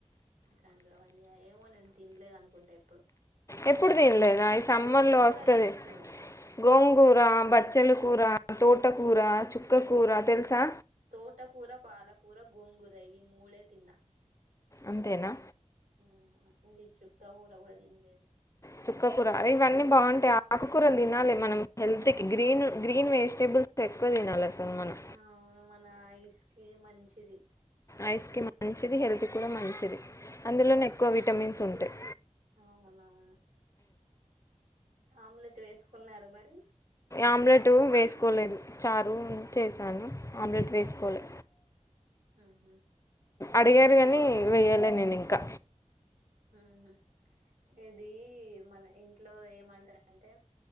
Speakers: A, on the right; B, on the left.
A: గంగావళ్ళి ఏమో నేను తినలేదు అనుకుంట ఎప్పుడు
B: ఎప్పుడు తినలేదు ఇ సమ్మర్
A: గోంగూర
B: లో వస్తుంది
A: తెలుసు
B: గోంగూర బ చ్చలు కూర, తోటకూర, చుక్కకూర తెలుసా
A: తోటకూర పాలకూర గోంగుర ఇవి మూడే తిన్నా
B: అంతేనా
A: ఊ ఆమవి చుక్క కూర కూడా తిన్లేదు
B: చుక్కకూర ఇవన్నీ బాగుంటాయి ఆకుకూరలు తినాలి మనం హెల్త్ కి గ్రీన్ గ్రీన్ వెజిటేబుల్స్ ఎక్కువ తినాలి అసల్ మనం
A: అవును మన ఐస్ కి మంచిది
B: ఐస్ కీ మంచిది హెల్త్ కూడా మంచిది అందులోనే ఎక్కువ విటమిన్స్ ఉంటాయి
A: అవునవును ఆమ్లెట్ వేసుకున్నార మరి
B: ఆమ్లెట్ వేసుకోలేదు చారు చేసాను ఆమ్లెట్ వేసుకోలె
A: ఆహా ఆహా
B: అడిగారు
A: ఇప్పుడే
B: కానీ వేయలె నేను ఇంకా
A: ఉహు ఇది మన ఇంట్లో ఏమంటారంటే